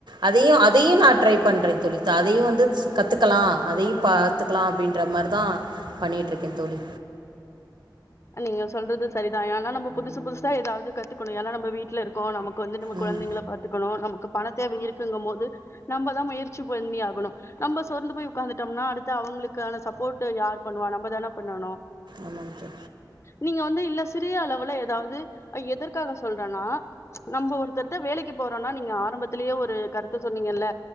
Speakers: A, on the right; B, on the left.
A: அதயு அதயு நா ட்ரை பண்றே தோழி த அதயு வந்து கத்துக் லா அதயு பாத்துக்லா அப்டின்ற மார் தா பண்ணிட்ருக்கே தோழி
B: நீங்க சொல்றது சரி தா ஏனா நம்ப புதுசு புதுசா எதாவ்து கத்துக்கணு ஏனா நம்ப வீட்லருக்கோ நம க்கு வந்து நம்ம
A: ம்
B: கொழந்தைங்ள பாத்துக்கணு நமக்கு பண தேவை இருக்குங்க போது நம்ப தா முயற்சி பண்ணி ஆகணு நம்ப சொர்ந்து போய் உக்காந்துட்டம்னா அடுத்து அவுங்ளுக்கான சப்போட்டு யார் பண்ணுவா நம்ப தான பண்ணனு
A: ஆமாங் தொ
B: நீங்க வந்து இல்ல சிறிய அளவுல ஏதாவது எதற்காக சொல்றனா நம்ப ஒருத்தர்ட்ட வேலக்கி போறோன்னா நீங்க ஆரம்பத்துலியே ஒரு கருத்த சொன்னீங்கல்ல